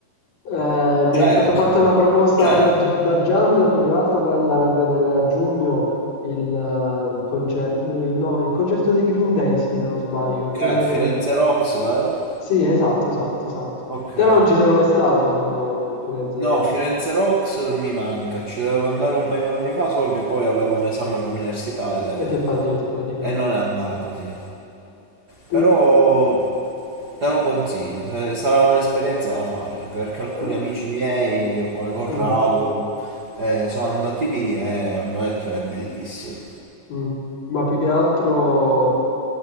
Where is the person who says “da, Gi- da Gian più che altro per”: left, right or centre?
Left